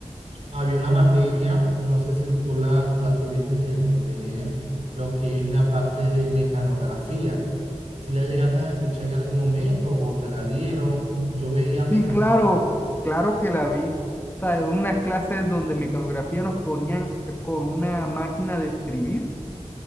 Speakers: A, on the right (about 60°); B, on the left (about 15°).
A: había una materia, no sé si tú la, tú la tuviste eh, eh, tener, lo que es la parte de mecanografía. Si la llegaste a escuchar en algún momento o te la dieron, yo veía mecanografía.
B: Sí, claro, claro que la vi. O sea, en unas clases donde mecanografía nos ponían con una máquina de escribir,